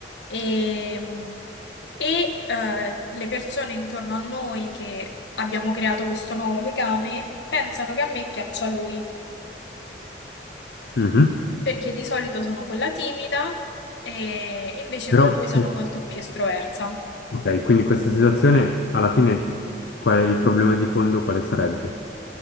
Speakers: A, on the left (about 80°); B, on the left (about 75°).
A: e, e, eh, le persone intorno a noi che abbiamo creato questo nuovo legame pensano che a me piaccia lui,
B: Mhm.
A: perché di solito sono quella timida e invece
B: Però,
A: con lui sono
B: cioè,
A: molto più estroversa.
B: ok, quindi questa situazione, alla fine, qual è il problema di fondo? Quale sarebbe?